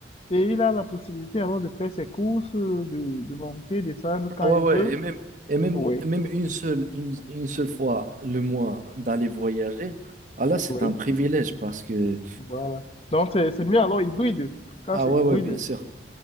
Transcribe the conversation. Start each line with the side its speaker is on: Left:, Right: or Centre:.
Left: et il a la possibilité alors de faire ses courses, euh, de, de monter, descendre quand
Right: Ah ouais,
Left: il
Right: ouais,
Left: veut.
Right: et même, et même,
Left: Oui,
Right: même une seule, une, une seule fois le mois d'aller voyager, ah là, c'est
Left: oui,
Right: un privilège parce que...
Left: voilà. Donc, c'est c'est mieux alors hybride, quand
Right: Ah
Left: c'est
Right: ouais,
Left: hybride.
Right: ouais, bien sûr.